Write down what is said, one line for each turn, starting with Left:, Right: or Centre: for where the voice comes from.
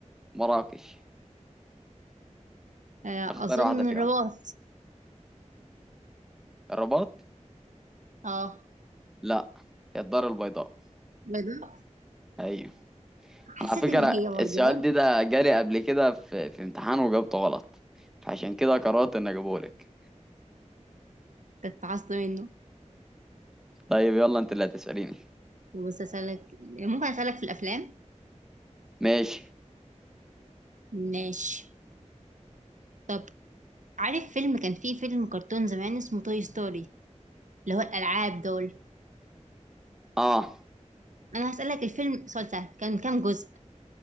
Centre: مراكش
Right: آه،
Centre: اختار
Right: اظن
Centre: واحدة فيهم
Right: الرباط
Centre: الرباط؟
Right: اه
Centre: لا هي الدار البيضاء
Right: بيضاء
Centre: أيوه
Right: حسيت
Centre: أنا على فكرة
Right: ان هي برضه
Centre: السؤال دي ده جاري قبل كده في في امتحان وجاوبته غلط فعشان كده قررت إني أجيبهولك
Right: تتعصب منه
Centre: طيب يلا انت اللي هتسأليني
Right: بص اسالك ممكن اسالك في الافلام
Centre: ماشي
Right: ماشي طب عارف فيلم كان فيه فيلم كرتون زمان اسمه توي ستوري اللي هو الالعاب دول
Centre: اه
Right: انا هسالك الفيلم سؤال سهل كان كام جزء